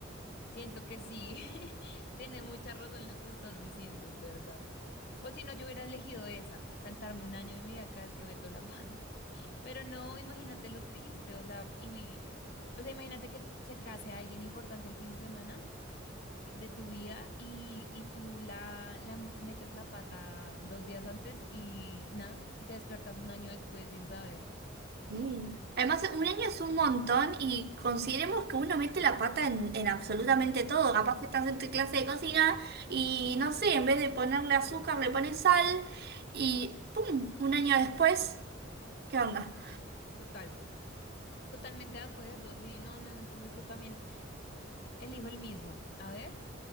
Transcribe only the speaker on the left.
siento que sí, <laughs> tiene mucha razón lo que estás diciendo, es verdad. O si no, yo hubiera elegido esa, saltarme un año de mi vida cada vez que meto la pata. <laughs> Pero no, imagínate lo triste, o sea, y, vi- o sea, imagínate que se case alguien importante el fin de semana de tu vida y, y tú la, la metes la pata dos días antes y nada, y te despertas un año después sin saber.
Total. Totalmente de acuerdo, sí, no, no, entonces yo también elijo el mismo. A ver,